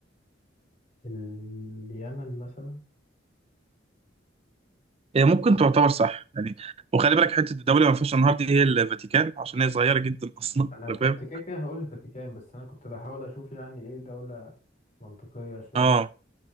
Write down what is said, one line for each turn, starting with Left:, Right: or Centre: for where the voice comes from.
Left: اليمن مثلا
Right: هي ممكن تعتبر صح يعني وخلي بالك حتة الدولة ما فيهاش أنهار دي هي الفاتيكان عشان هي صغيرة جدا أصلا
Left: أنا
Right: أنت
Left: كنت
Right: فاهم
Left: كده كده هقول الفاتيكان بس أنا كنت بحاول أشوف يعني إيه دولة منطقية شوية
Right: اه